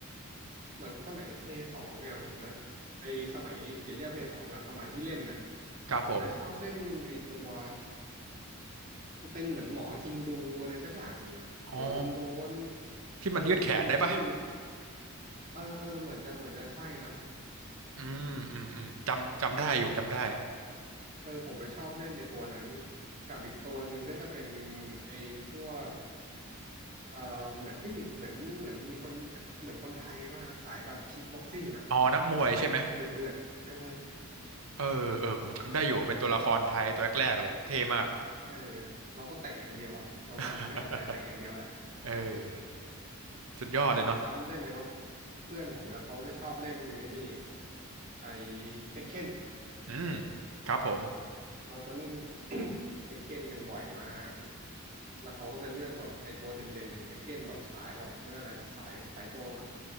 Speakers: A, on the right; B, on the right.
A: เหมือนสมัยเพย์สองเนี่ยผมจะไอสมัยอย่าเรียกเพย์สองเนี่ยสมัยที่เล่นเนี่ย
B: ครับผม
A: ผมจะชอบเล่นไอตัวเป็นเหมือนหมอฮินดูอะไรสักอย่างหนึ่งอะหัวโล้นๆเออผมไม่รู้ชื่อ
B: อ๋อที่มันยืดแขนได้ปะ
A: เออเออเหมือนจะเหมือนจะใช่นะ
B: อืมอืมอืมจำจำได้อยู่จำได้
A: เออผม เออผมไปชอบเล่นในตัวนั้น กับอีกตัวหนึ่งก็จะเป็นไอ้พวกเอ่อเหมือนที่มีเหมือนเหมือนมีคนเหมือนคนไทยมาสายแบบคิกบ็อกซิ่งอ่ะ
B: อ๋อนักมวยใช่ไหม
A: เตะแบบเดือดเดือดเออ
B: เออเออ ผมจำได้อยู่เป็นตัวละครไทยตัวแรกๆเลยเท่มาก
A: เราเออเราก็เตะอย่างเดียวอ่ะนอนวันนะไม่ทำอะไรเตะอย่างเดียวแหละ
B: <laughs> เออสุดยอดเลยเนาะ
A: แต่ผมจำได้เลยว่าเพื่อนผมเนี่ยเขาจะชอบเล่นไอ้นี่ไอ้เทคเ e น
B: อืมครับผม
A: เราจะเล่น <coughs> เทคเ e นกันบ่อยมาก แล้วเขาก็จะเลือกแบบไอ้ตัวเด่นๆของเทคเก้นแบบสายแบบเขาเรียกอะไรสายสายโจรเหรอ